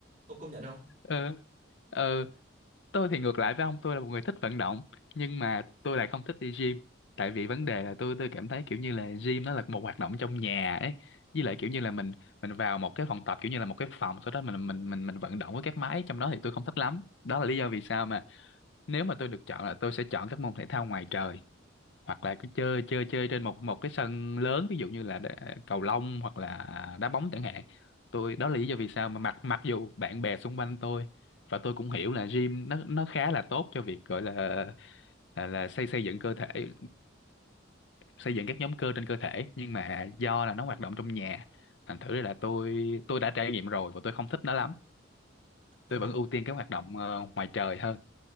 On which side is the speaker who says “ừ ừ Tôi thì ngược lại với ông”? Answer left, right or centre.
Left